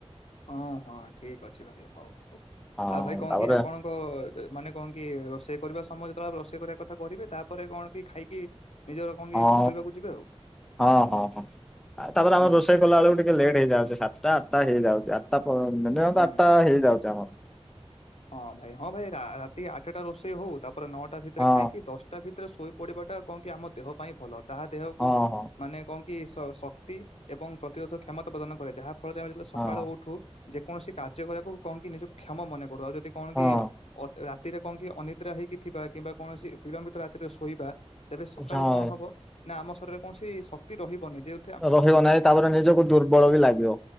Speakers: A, on the left; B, in the centre.
A: ହଁ ହଁ ଠିକ ଅଛି ଭାଇ ହଉ ହଉ।
B: ହଁ
A: ଆଉ ଭାଇ କଣ
B: ତାପରେ
A: କି ଆପଣ ମାନେ କଣ କି ରୋଷେଇ କରିବା ସମୟ ଯେତେବେଳେ ରୋଷେଇ କରିବା କଥା କରହିବେ ତାପରେ କଣ କି ଖାଇକି ନିଜର କଣ କି
B: ହଁ
A: ଶୋଇବାକୁ ଯିବେ ଆଉ
B: ହଁ ହଁ ହଁ। ତାପରେ ଆମର
A: ହୁଁ
B: ରୋଷେଇ କଲା ବେଳକୁ ଟିକେ ଲେଟ୍ ହେଇଯାଉଛି ସାତଟା ଆଠଟା ହେଇଯାଉଛି ଆଠଟା ପ ମିନିମମ୍
A: ହୁଁ।
B: ତ ଆଠଟା ହେଇଯାଉଛି ଆମର।
A: ହଁ ଭାଇ ହଁ ଭାଇ ରାତି ଆଠଟା ରୋଷେଇ ହଉ ତାପରେ ନଅଟା ଭିତରେ
B: ହଁ
A: ଖାଇକି ଦଶ ତା ଭିତରେ ଶୋଇ ପଡିବା ଟା କଣ କି ଆମ ଦେହ ପାଇଁ ଭଲ। ତାହା ଦେହକୁ
B: ହଁ
A: ମାନେ କଣ କି ଶକ୍ତି ଏବଂ ପ୍ରତିରୋଧ କ୍ଷମତା ପ୍ରଦାନ କରେ। ଯାହାଫଳରେ ଆମେ
B: ହଁ
A: ସକାଳୁ ଉ ଠୁ ଯେକୌଣସି କାର୍ଯ୍ୟ କରିବାକୁ କଣ କି ନିଜକୁ କ୍ଷମ ମନେ କରୁ। ଆଉ ଯଦି କଣ
B: ହଁ
A: କି ଅ ରା ରାତିରେ କଣ କି ଅନିଦ୍ରା ହେଇକି ଥିବା କିମ୍ବା କୌଣସି ବିଳମ୍ବିତ ରାତିରେ ଶୋଇବା ତେବେ ସକାଳୁ
B: ହଁ।
A: କଣ ହବ ନା ଆମ ଶରୀରରେ କୌଣସି ଶକ୍ତି ରହିବନି ଯେହେ
B: ରହିବ ନାହିଁ ତାପରେ ନିଜକୁ ଦୁର୍ବଳ ବି ଲାଗିବ।